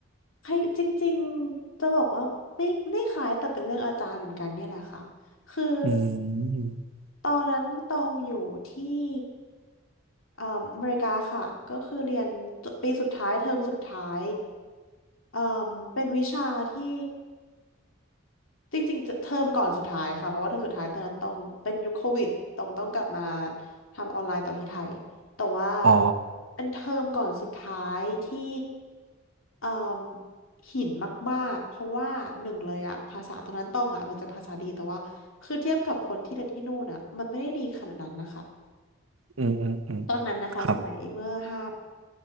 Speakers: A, on the left (about 75°); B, on the right (about 75°).
A: ใครจริงๆ จะบอกว่าไม่ไม่ขายแต่เป็นเรื่องอาจารย์เหมือนกันเนี่ยแหละค่ะคือ
B: อืม
A: ตอนนั้นตองอยู่ที่เอ่ออเมริกาค่ะก็คือเรียนปีสุดท้ายเทอมสุดท้ายเอ่อเป็นวิชาที่ จริงๆเจเทอมก่อนสุดท้ายค่ะเพราะว่าเทอมสุดท้ายตอนนั้นต้องเป็นยุคโควิดต้องต้องกลับมาทำออนไลน์ต่อที่ไทยแต่ว่า
B: อ๋อ
A: เป็นเทอมก่อนสุดท้ายที่เอ่มหินมากๆเพราะว่าหนึ่งเลยอะภาษาตอนนั้นต้องอะเหมือนจะภาษาดีแต่ว่าคือเทียบกับคนที่เรียนที่นู่นอะมันไม่ได้ดีขนาดนั้นนะคะ
B: อืมอืมอืม
A: ตอนนั้นนะคะสมัยเมื่อห้า
B: ครับ